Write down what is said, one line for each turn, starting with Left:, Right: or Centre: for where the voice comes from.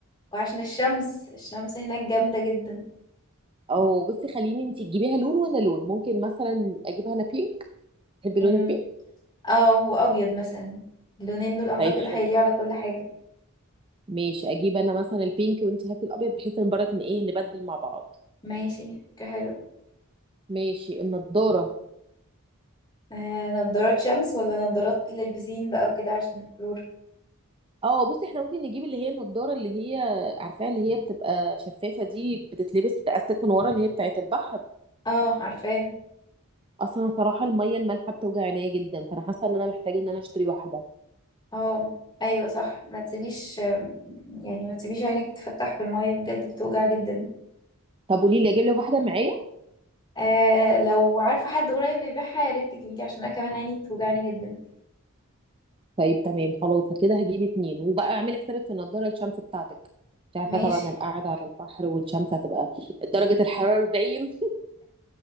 Left: وعشان الشمس الشمس هناك جامدة جدا
Right: او بصي خليني انت تجيبيها لون وانا لون ممكن مثلا اجيبها انا بينك تحبي
Left: امم
Right: لون البينك
Left: اه وأبيض مثلا اللونين دول أعتقد
Right: طيب
Left: هيليقوا
Right: حلو
Left: على كل حاجة
Right: ماشي اجيب انا مثلا البينك وانت هاتي الابيض بحيث ان برضك ان ايه نبدل مع بعض
Left: ماشي فكرة حلوة
Right: ماشي النضاره
Left: آه نضارات شمس ولا نضارات للبسين بقى وكده عشان الكلور
Right: اه بصي احنا ممكن نجيب اللي هي النضاره اللي هي عارفاها اللي هي بتبقى شفافه دي بتتلبس بتأستك من ورا اللي هي بتاعت البحر
Left: اه عارفاها
Right: اصلا صراحه الميه المالحه بتوجع عينيا جدا فانا حاسه ان انا محتاجه ان انا اشتري واحده
Left: اه ايوه صح ما تسيبيش يعني ما تسيبيش عينك تفتح في المية بجد بتوجع جدا
Right: طب قولي لي اجيب لك واحده معايا
Left: آه لو عارفة حد قريب بيبيعها يا ريت تجيبيلي عشان انا كمان عيني بتوجعني جدا
Right: طيب تمام خلاص كده هجيب اتنين وبقى اعملي حسابك في النضاره الشمس بتاعتك مش عارفه
Left: ماشي
Right: طبعا القعده على البحر والشمس هتبقى درجه الحراره 40